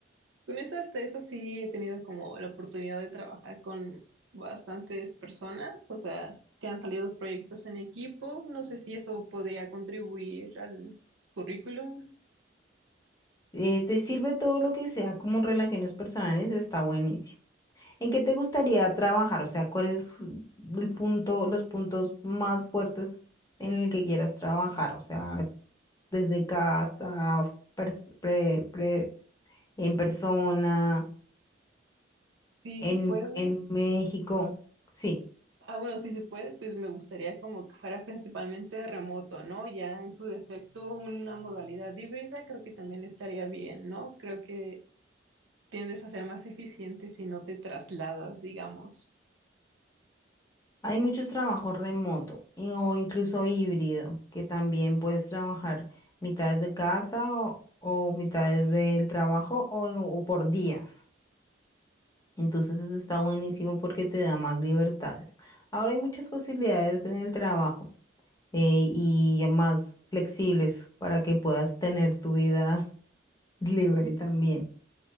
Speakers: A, on the right; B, on the left.
A: Con eso, hasta eso sí he tenido como la oportunidad de trabajar con bastantes personas, o sea, se han salido proyectos en equipo, no sé si eso podría contribuir al currículum,
B: Eh, ¿te sirve todo lo que sea como relaciones personales? Está buenísimo. ¿En qué te gustaría trabajar? O sea, ¿cuál es el punto, los puntos más fuertes en el que quieras trabajar? O sea, desde casa, pers- pre- pre- en persona,
A: sí
B: en,
A: se puede.
B: en México. Sí,
A: Ah, bueno, si se puede, pues me gustaría como que fuera principalmente remoto, ¿no? Ya en su defecto una modalidad híbrida creo que también estaría bien, ¿no? Creo que tiendes a ser más eficiente si no te trasladas, digamos.
B: hay muchos trabajos remoto y- o incluso híbrido, que también puedes trabajar mitades de casa o, o mitades del trabajo o, o por días. Entonces eso está buenísimo porque te da más libertades. Ahora hay muchas posibilidades en el trabajo eh, y más flexibles para que puedas tener tu vida <laughs> libre también.